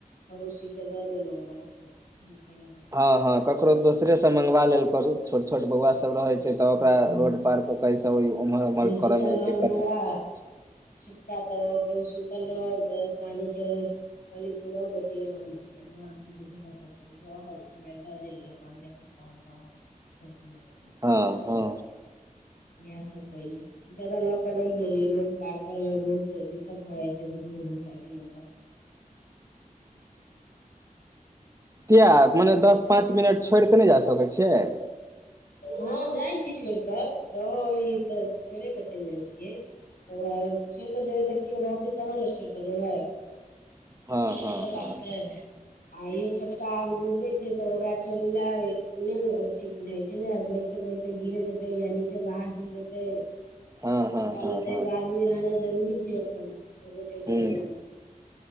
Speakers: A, on the left (about 90°); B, on the right (about 20°).
A: पड़ोसी के दऽ देलौं बस दूर कलौं
B: हँ हँ ककरो दोसरे से मंगवा लेल करु छोट छोट बौआ सब सब रहे
A: हम्म,
B: छै तऽ ओकरा रोड पार क कऽ ऐसऽ एमहर उमहर
A: सुतल
B: करै मे
A: रहल
B: दिक्कत
A: बौआ
B: नहि होइ छै
A: छोटका तऽ ओ सुतल रहल तऽ सुहानी के कहली तु रह बेटी हम आबि रहल छी दूध ल कऽ तऽ ओ रहल मे द देली अपन देखैत रहल त अछि
B: हँ हँ
A: इहे सब कयली जादा लऽ कऽ नहि गेली रोड पार करैमे बहुत दिक्कत भऽ जाइ छै दू दू गो बच्चाके लऽ कऽ
B: किए मने दस पाँच मिनट छोड़ि कऽ नय जा सकै छियै
A: हँ जाइ छी छोड़ि कऽ रहै तऽ छोड़े कऽ चलि जाइ छियै तऽ छोड़िकऽ जेबै तऽ केओ रहतै तहन ने छोड़िकऽ जेबै
B: हँ
A: से
B: हँ
A: तऽ बात
B: हँ
A: छै। आ इहो छोटका आब गुुरकै छै तऽ ओकरा छोड़नाइ ने ठीक बुझाइ छै ने गुरक केते गिरे जेतै या नीचे बाहर चलि जेतै।
B: हँ
A: हिनका
B: हँ हँ
A: लग तऽ
B: हँ
A: एगो आदमी रहनाइ जरूरी छै एखन एकगोटे
B: हूँ
A: के रहनाय।